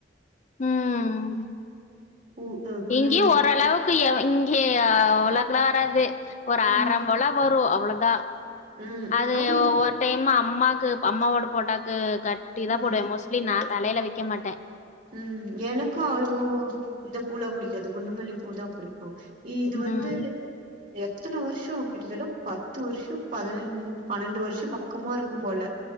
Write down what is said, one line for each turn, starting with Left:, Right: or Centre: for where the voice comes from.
Left: ம்
Right: பூ அ குண்டுமல்லி
Left: இங்கே ஓரளவுக்கு இங்கே அவ்லவுக்கலா வராது ஒரு
Right: ம்
Left: அர போல வரும் அவ்ளோதான்
Right: ம்
Left: அது
Right: ஆனா இது-
Left: ஒவ்வொரு டைம் அம்மாக்கு அம்மாவோட போட்டாக்கு கட்டி தான்
Right: ம்
Left: போடுவேன் மோஸ்ட் லி நான் தலைல வெக்க மாட்டேன்
Right: ம் எனக்கும் அவ்ளவோ இந்த பூலாம் புடிக்காது குண்டுமல்லி பூ தான் புடிக்கும் ஈது
Left: ம்
Right: வந்து எத்தன வருஷம் கிட்டத்தட்ட பத்து வருஷம் பதினைந் பன்னெண்டு வருஷம் பக்கமா இருக்கும் போல